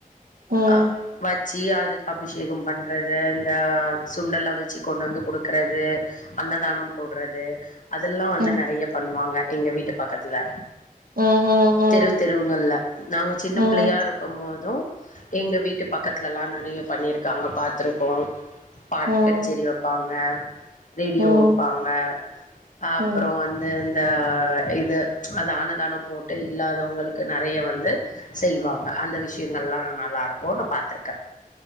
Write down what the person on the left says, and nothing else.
ஆ வச் சி அதுக்கு அபிஷே கம் பண்றது இந்த சுண்டெல்லா வச்சு கொண்டு வந்து குடுக்கறது அன்னதானம் போடறது அதெல்லா வந்து
நெறைய பண்ணுவாங்க எங்க வீட்டு பக்கத்துல
தெரு தெருவுகள்ல நாங்க சின்னப்
பிள்ளையா இருக்கும் போதும் எங்க வீட்டு பக்கத்துலல்லா நெறைய பண்ணிரு க்காங்க பாத்துருக்கோ பாட்டு
கச்சேரி வைப்பாங்க ரேடியோ
வைப்பாங்க அப்றோ
வந்து ந்த இது அந்த அன்னதானம் போட்டு இல்லாதவங்களுக்கு நெறைய வந்து செய்வாங்க அந்த விஷயங்கள்லா நல்லா இருக்கு நா பாத்துருக்கே